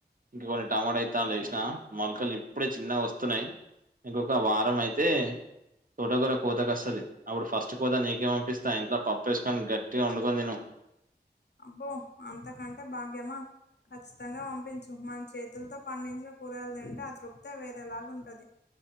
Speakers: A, on the right; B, on the left.
A: ఇగ కొన్ని టమాటా విత్తనాలు ఏసినా మొలకలి ఇప్పుడే చిన్నగ వస్తున్నాయి ఇంకొక వారం అయితే తోట కూర కోత కస్తది అప్పుడు ఫస్ట్ కోత నీకే పంపిస్తా ఇంట్ల పప్పేసుకో కానీ గట్టిగా వండుకోని తిను
B: అబ్బో అంతకంటే భాగ్యమా ఖచ్చితంగా పంపించు మన చేతులతో పండించిన కూరగాయలు తింటే ఆ తృప్తే వేరే లాగా ఉంటది